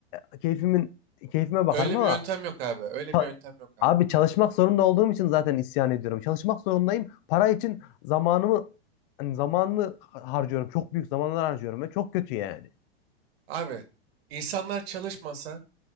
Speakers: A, on the left; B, on the right.
A: e, keyfimin keyfime bakarım
B: Öyle
A: ama
B: bir yöntem yok abi. Öyle
A: ça-
B: bir yöntem yok abi.
A: abi çalışmak zorunda olduğum için zaten isyan ediyorum. Çalışmak zorundayım. Para için zamanımı hani zamanını harcıyorum. Çok büyük zamanlar harcıyorum ve çok kötü yani.
B: Abi insanlar çalışmasa